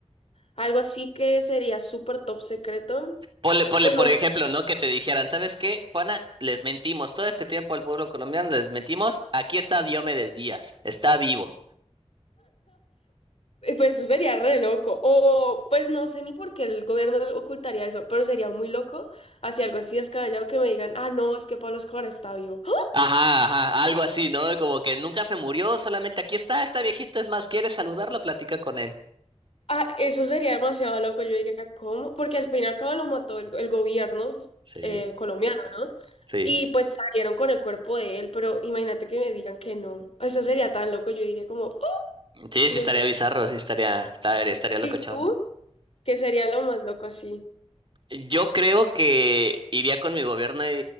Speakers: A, on the left; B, on the right.
A: Algo así que sería súper top secreto.
B: Ponle, ponle,
A: Pues
B: por
A: no
B: ejemplo, ¿no? Que te dijeran, ¿sabes qué, Juana? Les mentimos todo este tiempo al pueblo colombiano, les mentimos. Aquí está Diomedes Díaz, está vivo.
A: Eh, Pues eso sería re loco. O pues no sé ni por qué el gobierno ocultaría eso, pero sería muy loco hacia algo así descabellado que me digan, ah, no, es que Pablo Escobar está vivo. <gasps> ¡Ah!
B: Ajá, ajá, algo así, ¿no? Como que nunca se murió, solamente aquí está esta viejita, es más, ¿quieres saludarla? Platica con él.
A: Ah, eso sería demasiado loco. Yo diría, ¿cómo? Porque al fin y al cabo lo mató el, el gobierno
B: Sí,
A: eh, colombiano, ¿no?
B: sí.
A: Y pues salieron con el cuerpo de él, pero imagínate que me digan que no. Eso sería tan loco. Yo diría como, oh,
B: Sí,
A: Dios
B: sí estaría
A: santo".
B: bizarro, sí estaría, estaría, estaría locochón.
A: ¿Y tú? ¿Qué sería lo más loco así?
B: Yo creo que iría con mi gobierno y,